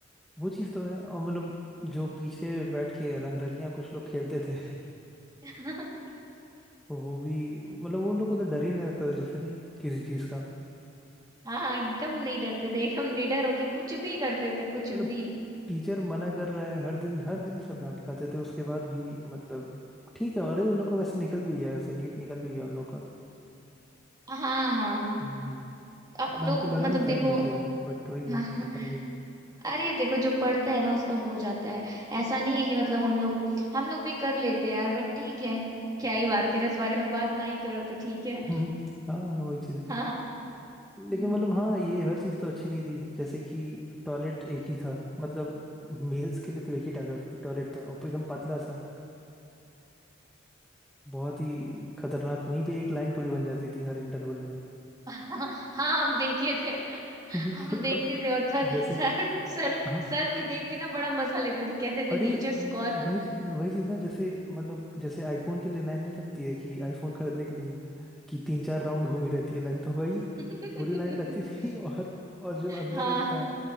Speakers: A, in the centre; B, on the right.
A: वो चीज़ तो है और मतलब जो पीछे बैठ के रंगरलियां कुछ लोग खेलते थे
B: <laughs>
A: वो भी मतलब उन लोग को तो डर ही नहीं लगता था जैसे नहीं किसी चीज़ का
B: हाँ हाँ एकदम नहीं डरते थे एकदम निडर होके कुछ भी करते थे कुछ
A: मतलब
B: भी
A: टीचर मना कर रहा है हर दिन हर दिन सब डांट खाते थे उसके बाद भी मतलब ठीक है अरे उन लोग का वैसे निकल भी गया वैसे नीट निकल भी गया उन लोग का
B: हाँ हाँ
A: हम्म
B: अब
A: मतलब
B: लोग
A: हमको लगा
B: मतलब
A: नहीं
B: देखो
A: था निकलेगा बट वही
B: हाँ
A: है निकल
B: <laughs>
A: गया
B: अरे देखो जो पढ़ता है ना उसका हो जाता है ऐसा नहीं है कि मतलब हम लोग हम लोग भी कर लेते हैं यार बट ठीक है क्या ही बात करें उस बारे में बात ना ही करो तो ठीक है
A: हम्म, हाँ वही चीज है
B: हाँ
A: लेकिन
B: हम्म,
A: मतलब हाँ ये हर चीज तो अच्छी नहीं थी जैसे कि टॉयलेट एक ही था मतलब मेल्स के लिए तो एक ही टॉयलेट था टॉयलेट था और एकदम पतला सा बहुत ही खतरनाक वहीं पे एक लाइन पूरी बन जाती थी हर इंटरवल में
B: <laughs> हाँ हम देखे थे
A: <laughs>
B: हम देखते थे और सर
A: जैसे
B: सर सर
A: हाँ
B: सर भी देख के ना बड़ा मजा लेते थे कहते थे
A: अरे
B: नेचर्स कॉल
A: वही चीज ना वही चीज ना जैसे मतलब जैसे आईफोन के लिए लाइन नहीं लगती है कि आईफोन खरीदने के लिए कि तीन चार राउंड घूमी रहती है लाइन तो वही
B: <laughs>
A: पूरी लाइन लगती थी और और जो अंदर
B: हाँ
A: रहता था